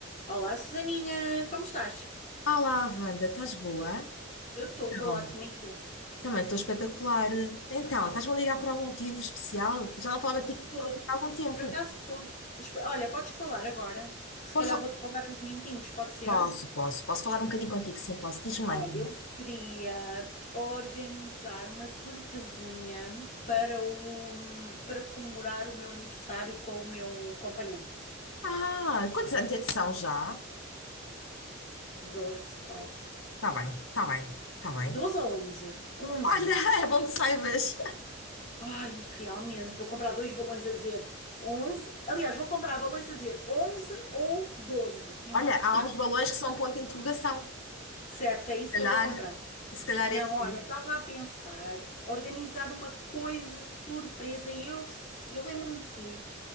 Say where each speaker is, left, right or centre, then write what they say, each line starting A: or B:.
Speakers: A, on the left; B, on the left.
A: Olá, Susaninha, como estás?
B: Olá, Wanda, estás boa?
A: Eu estou, estou
B: Então,
A: ótima e tu?
B: Também estou espetacular. Então, estás-me a ligar por algum motivo especial? Já não falava ti-
A: Estou,
B: contigo há algum tempo.
A: por acaso estou. Espe- Olha, podes falar agora, porque se
B: Posso?
A: calhar vou-te roubar uns minutinhos, pode ser?
B: Posso, posso. Posso falar um bocadinho contigo? Sim, posso. Diz-me lá.
A: Olha,
B: então.
A: eu queria organizar uma surpresinha para o, para comemorar o meu aniversário com o meu companheiro.
B: Ah, quantos anos é que são já?
A: 12, quase.
B: Está bem, está bem, está bem.
A: Doze ou 11? 11.
B: Olha, <laughs> é bom que saibas.
A: Ai, realmente, vou comprar dois balões a dizer 11. Aliás, vou comprar balões a dizer 11 ou 12, em
B: Olha,
A: ponto
B: há uns balões que são um ponto de interrogação.
A: Certo, é isso
B: Se calhar,
A: que eu vou comprar.
B: se calhar
A: Não,
B: é assim.
A: olha, estava a pensar organizar uma coisa surpresa e eu, eu lembro-me de ti,